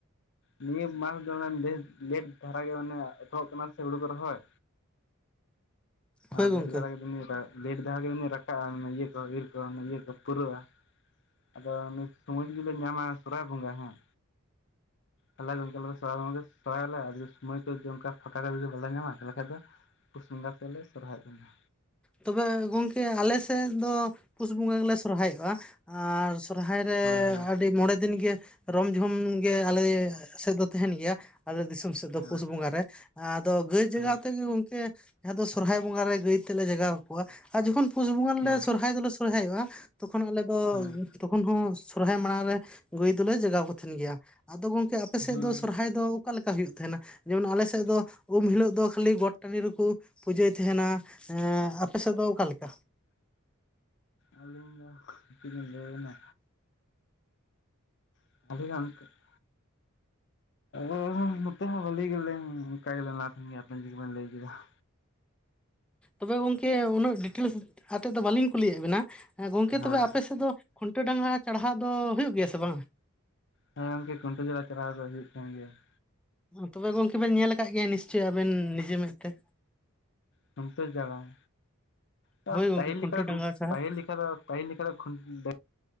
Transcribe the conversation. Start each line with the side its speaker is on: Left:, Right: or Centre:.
Left: ᱱᱤᱭᱟᱹ ᱢᱟᱥ ᱫᱚ ᱞᱮ-ᱞᱮᱴ ᱫᱷᱟᱨᱟᱜ ᱜᱮ ᱢᱟᱱᱮ ᱮᱛᱚᱦᱚᱜ ᱠᱟᱱᱟ ᱥᱮ ᱦᱩᱲᱩ ᱠᱚ ᱨᱚᱦᱚᱭ᱾
Centre: ᱦᱳᱭ
Left: ᱟᱨ
Centre: ᱜᱚᱝᱠᱮ
Left: ᱞᱮᱰ ᱫᱟᱨᱟ ᱜᱮᱛᱚᱧ ᱢᱮᱛᱟ ᱞᱮᱴ ᱫᱷᱟᱣ ᱜᱮ ᱨᱟᱠᱟᱵᱼᱟ ᱤᱭᱟᱹ ᱠᱚ ᱤᱨ ᱠᱚ ᱤᱭᱟᱹ ᱠᱚ ᱯᱩᱨᱟᱹᱜᱼᱟ᱾ ᱟᱫᱚ ᱥᱚᱢᱚᱭ ᱢᱩᱫᱤᱵᱮᱱ ᱧᱟᱢᱟ ᱥᱚᱨᱦᱟᱭ ᱵᱚᱸᱜᱟ ᱦᱮᱸ᱾ ᱛᱟᱦᱞᱮ ᱜᱚᱝᱠᱮ ᱟᱞᱮᱫᱚ ᱥᱚᱨᱦᱟᱭ ᱵᱚᱝᱜᱟ ᱥᱚᱨᱦᱟᱭ ᱚᱜᱟᱞᱮ ᱡᱩᱫᱤ ᱥᱩᱢᱚᱭ ᱠᱚ ᱚᱱᱠᱟ ᱡᱩᱫᱤ ᱯᱷᱟᱠᱟ ᱡᱩᱫᱤ ᱵᱟᱞᱮ ᱧᱟᱢᱟ ᱛᱟᱞᱦᱮ ᱠᱷᱟᱱ ᱫᱚ ᱯᱩᱥ ᱵᱚᱝᱜᱟ ᱥᱮᱫ ᱞᱮ ᱥᱚᱨᱦᱟᱭ ᱚᱜ ᱛᱟᱦᱮᱱᱟ᱾
Centre: ᱛᱚᱵᱮ ᱜᱚᱝᱠᱮ ᱟᱞᱮ ᱥᱮᱫ ᱫᱚ ᱯᱩᱥ ᱵᱚᱸᱜᱟ ᱜᱮᱞᱮ ᱥᱚᱨᱦᱟᱭᱚᱜᱼᱟ᱾ ᱟᱨ ᱥᱚᱨᱦᱟᱭ ᱨᱮ
Left: ᱦᱳᱭ ᱦᱳᱭ
Centre: ᱟᱹᱰᱤ ᱢᱚᱬᱮ ᱫᱤᱱ ᱜᱮ ᱨᱚᱢ ᱡᱷᱚᱢ ᱜᱮ ᱟᱞᱮ ᱥᱮᱫ ᱫᱚ ᱛᱟᱦᱮᱱ ᱜᱮᱭᱟ᱾ ᱟᱞᱮ ᱫᱤᱥᱚᱢ ᱥᱮᱫ ᱫᱚ
Left: ᱦᱳᱭ
Centre: ᱯᱩᱥ ᱵᱚᱸᱜᱟ ᱨᱮ ᱟᱫᱚ ᱜᱟᱹᱭ ᱡᱟᱜᱟᱣ
Left: ᱦᱳᱭ
Centre: ᱛᱮᱜᱚᱝᱠᱮ ᱟᱫᱚ ᱥᱚᱨᱦᱟᱭ ᱵᱚᱸᱜᱟ ᱨᱮ ᱜᱟᱹᱭ ᱛᱮᱞᱮ ᱡᱟᱜᱟᱣ ᱯᱚᱣᱟ ᱟᱨ ᱡᱚᱠᱷᱚᱱ ᱯᱩᱥ ᱵᱚᱸᱜᱟ ᱨᱮᱞᱮ
Left: ᱦᱳᱭ
Centre: ᱥᱚᱨᱦᱟᱭ ᱫᱚᱞᱮ ᱥᱚᱨᱦᱟᱭᱚᱜᱼᱟ ᱛᱚᱠᱷᱚᱱ ᱟᱞᱮ ᱫᱚ
Left: ᱦᱩᱸ
Centre: ᱛᱚᱠᱷᱚᱱ ᱦᱚᱸ ᱥᱚᱨᱦᱟᱭ ᱢᱟᱲᱟᱝ ᱨᱮ ᱜᱟᱹᱭ ᱫᱚᱞᱮ ᱡᱟᱜᱟᱣ ᱠᱚ ᱛᱟᱦᱮᱱ ᱜᱤᱭᱟ᱾ ᱟᱫᱚ ᱜᱚᱝᱠᱮ ᱟᱯᱮᱥᱮᱜ
Left: ᱦᱳᱭ
Centre: ᱫᱚ ᱥᱚᱨᱦᱟᱭ ᱫᱚ ᱚᱠᱟ ᱞᱮᱠᱟ ᱦᱩᱭᱩᱜ ᱛᱟᱦᱮᱱᱟ? ᱡᱮᱢᱚᱱ ᱟᱞᱮ ᱥᱮᱫ ᱫᱚ ᱩᱢ ᱦᱤᱞᱳᱜ ᱫᱚ ᱠᱷᱟᱹᱞᱤ ᱜᱚᱴ ᱴᱟᱺᱰᱤ ᱨᱮᱠᱚ ᱯᱩᱡᱟᱹᱭ ᱛᱟᱦᱮᱱᱟ ᱮᱸ ᱟᱯᱮᱥᱮᱜ ᱫᱚ ᱚᱠᱟᱞᱮᱠᱟ?
Left: ᱟᱹᱞᱤᱧ ᱫᱚ ᱪᱮᱜ ᱞᱤᱧ ᱞᱟᱹᱭ ᱟᱹᱵᱤᱱᱟ᱾ <unintelligible> ᱚ, ᱱᱚᱛᱮ ᱦᱚᱸ ᱵᱷᱟᱹᱞᱤ ᱜᱮᱞᱮ ᱚᱠᱟ ᱜᱮᱞᱮ ᱞᱟᱦᱟ ᱠᱷᱚᱱ ᱜᱮ ᱵᱮᱱ ᱜᱮ ᱵᱮᱱ ᱞᱟᱹᱭ ᱠᱮᱫᱟ ᱾
Centre: ᱛᱚᱵᱮ ᱜᱚᱝᱠᱮ ᱩᱱᱟᱹᱜ ᱰᱤᱴᱮᱞᱥ ᱟᱛᱮ ᱫᱚ ᱵᱟᱹᱞᱤᱧ ᱠᱩᱞᱤᱭᱮᱜ ᱵᱮᱱᱟ ᱾ ᱜᱚᱝᱠᱮ
Left: ᱦᱳᱭ
Centre: ᱛᱚᱵᱮ ᱟᱯᱮ ᱥᱮᱫ ᱫᱚ ᱠᱷᱩᱱᱴᱟᱹᱣ ᱰᱟᱝᱨᱟ ᱪᱟᱲᱦᱟᱣ ᱫᱚ ᱦᱩᱭᱩᱜ ᱜᱮᱭᱟ ᱥᱮ ᱵᱟᱝᱼᱟ?
Left: ᱦᱮᱸ ᱜᱚᱝᱠᱮ, ᱠᱷᱩᱱᱴᱟᱹᱣ ᱰᱟᱝᱨᱟ ᱪᱟᱨᱟᱣ ᱫᱚ ᱦᱩᱭᱩᱜ ᱠᱟᱱ ᱜᱮᱭᱟ ᱾
Centre: ᱛᱚᱵᱮ ᱜᱚᱝᱠᱮ ᱵᱮᱱ ᱧᱮᱞ ᱠᱟᱜ ᱜᱮᱭᱟ ᱱᱤᱥᱪᱚᱭ ᱟᱵᱮᱱ ᱱᱤᱡᱮ ᱢᱮᱫ ᱛᱮ ᱾
Left: ᱠᱷᱩᱱᱴᱟᱹᱣ ᱪᱟᱲᱦᱟᱣ, ᱛᱚ
Centre: ᱦᱳᱭ ᱜᱚᱝᱠᱮ
Left: ᱯᱟᱹᱦᱤᱞ
Centre: ᱠᱷᱩᱱᱴᱟᱹ
Left: ᱞᱮᱠᱟ
Centre: ᱰᱟᱸᱜᱟ
Left: ᱠᱷᱩᱱᱴᱟᱹᱣ
Centre: ᱪᱟᱲᱦᱟᱣ
Left: ᱯᱟᱹᱦᱤᱞ ᱞᱮ ᱯᱟᱹᱦᱤᱞ ᱞᱮᱠᱟ ᱫᱚ ᱠᱷᱩᱱᱴᱟᱹᱣ ᱰᱟᱹ